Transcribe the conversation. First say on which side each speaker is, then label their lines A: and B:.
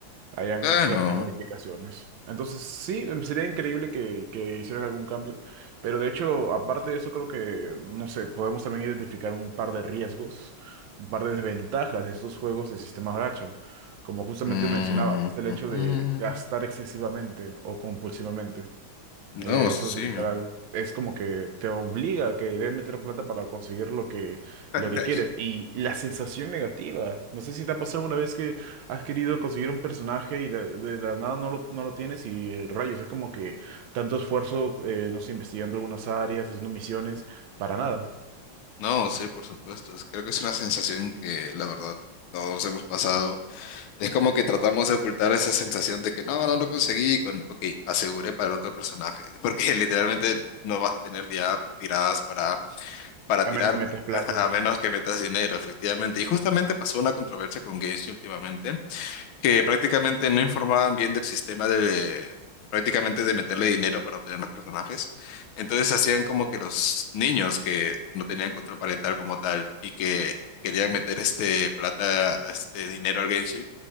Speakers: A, on the right; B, on the left.
A: hayan
B: Claro.
A: ciertas modificaciones. Entonces, sí, em, sería increíble que, que hicieran algún cambio, pero de hecho, aparte de eso, creo que, no sé, podemos también identificar un par de riesgos, un par de desventajas de estos juegos de sistemas gacha, como justamente
B: Mm,
A: mencionabas, está el
B: ujú.
A: hecho de gastar excesivamente o compulsivamente.
B: No,
A: Eh,
B: sí.
A: eso es literal. Es como que te obliga a querer meter plata para conseguir lo que,
B: <laughs>
A: lo que quieres. Y la sensación negativa. No sé si te ha pasado alguna vez que has querido conseguir un personaje y de, de la nada no lo, no lo tienes y rayos. Es como que tanto esfuerzo, eh, no sé, investigando algunas áreas, haciendo misiones, para nada.
B: No, sí, por supuesto. Es- Creo que es una sensación que la verdad todos hemos pasado. Es como que tratamos de ocultar esa sensación de que no, no lo conseguí con, ok, aseguré para el otro personaje, <laughs> porque literalmente no vas a tener ya tiradas para para tirar,
A: A menos que metas plata.
B: <laughs> a menos que metas dinero, efectivamente. Y justamente pasó una controversia con Genshin últimamente, que prácticamente no informaban bien del sistema de, prácticamente de meterle dinero para obtener los personajes. Entonces hacían como que los niños que no tenían control parental como tal y que querían meter este plata, este dinero al Genshin,